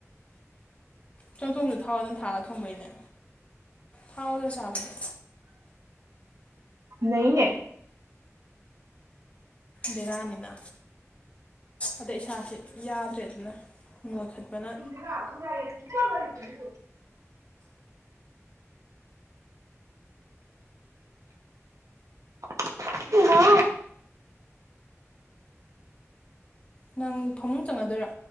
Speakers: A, on the left; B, on the right.
A: ꯆꯝꯊꯣꯡꯁꯨ ꯊꯥꯎ ꯑꯗꯨꯝ ꯊꯥꯛꯑꯒ ꯊꯣꯡꯕꯩꯅꯦ ꯊꯥꯎꯗ ꯆꯥꯕꯗ
B: ꯅꯩꯅꯦ
A: ꯕꯦꯔꯥꯅꯤꯅ ꯑꯗꯩ ꯏꯁꯥꯁꯤ ꯌꯥꯗ꯭ꯔꯦ ꯑꯗꯨꯅ ꯅꯣꯏꯈꯠꯄꯅ
B: ꯔꯨꯔ ꯊꯣ <inaudible> <unintelligible> ꯏꯃꯥ
A: ꯅꯪ ꯐꯃꯨꯡ ꯆꯪꯉꯗꯣꯏꯔꯥ